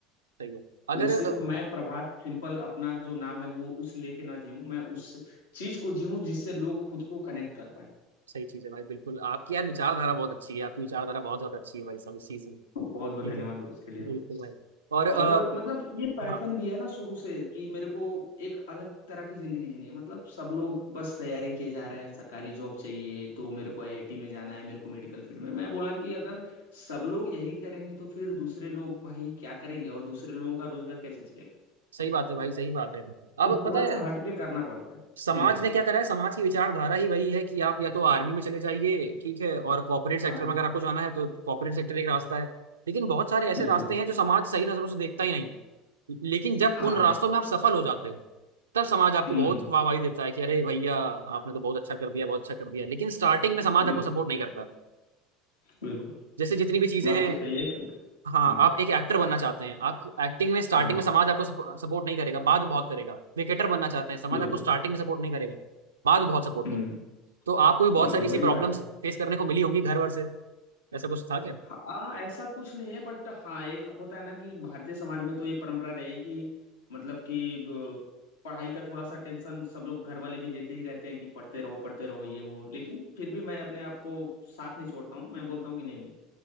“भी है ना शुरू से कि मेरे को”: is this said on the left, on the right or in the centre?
Left